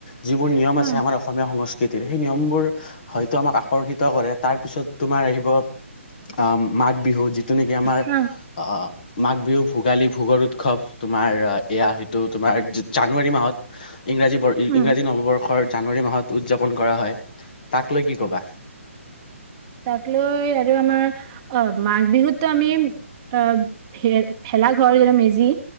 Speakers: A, on the left; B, on the right.
A: যিবোৰ নিয়ম
B: হ
A: আছে আমাৰ অসমীয়া সমাজ কৃতিৰ সেই নিয়মবোৰ, হয়তো আমাক আকৰ্ষিত কৰে তাৰপিছত তোমাৰ আহিব, আম মাঘ বিহু যিটো নেকি আমাৰ,
B: হ
A: আহ মাঘ বিহু ভোগালী ভোগৰ উৎসৱ তোমাৰ, এয়া হয়তো তোমাৰ জা-জানুৱাৰী মাহত। ইংৰাজী বৰ
B: উম
A: ইংৰাজী নৱবৰ্ষৰ জানুৱাৰী মাহত উদযাপন কৰা হয়। তাক লৈ কি ক'বা
B: তাক লৈ আৰু আমাৰ, আব মাঘ বিহুতো আমি, আব, ভে-ভেলাঘৰ মেজি।